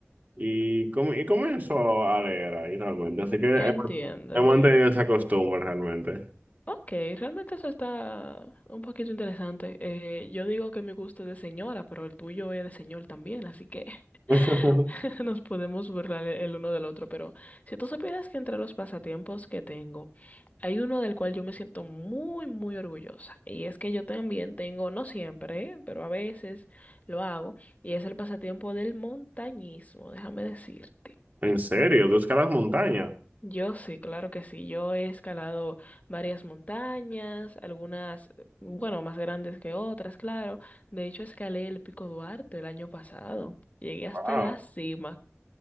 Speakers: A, on the right; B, on the left.
A: y, com- y comienzo a leer ahí realmente, así que
B: Entiendo,
A: hemos hemos
B: entiendo.
A: tenido esa costumbre realmente.
B: Ok, realmente eso está un poquito interesante. Eh, yo digo que mi gusto es de señora, pero el tuyo es de señor también, así que
A: <laughs>
B: <laughs> nos podemos burlar el el uno del otro. Pero si tú supieras que entre los pasatiempos que tengo, hay uno del cual yo me siento muy, muy orgullosa. Y es que yo también tengo, no siempre, ¿eh? pero a veces lo hago, y es el pasatiempo del montañismo, déjame decirte.
A: ¿En serio? ¿Tú escalas montañas?
B: Yo sí, claro que sí. Yo he escalado varias montañas, algunas, bueno, más grandes que otras, claro. De hecho, escalé el Pico Duarte el año pasado. Llegué hasta
A: Wow,
B: la cima.